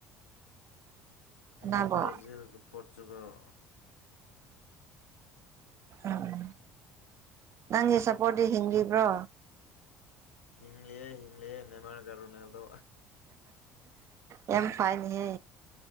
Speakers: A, on the right; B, on the left.
A: ꯀꯅꯥꯕꯣ
B: ꯑꯩꯗꯤ ꯭ꯕ꯭ꯔꯥꯖꯤꯜꯒ ꯄꯣꯔꯆꯨꯒꯜ
A: ꯎꯝ ꯅꯪꯒꯤ ꯁꯞꯄꯣꯔꯠꯇꯤ ꯍꯤꯡꯂꯤꯕ꯭ꯔꯣ
B: ꯍꯤꯡꯂꯤꯑꯦ ꯍꯤꯡꯂꯤꯌꯦ ꯅꯦꯃꯥꯔꯒ ꯔꯣꯅꯜꯗꯣ
A: ꯌꯥꯝꯐꯥꯏꯅꯦ ꯍꯦ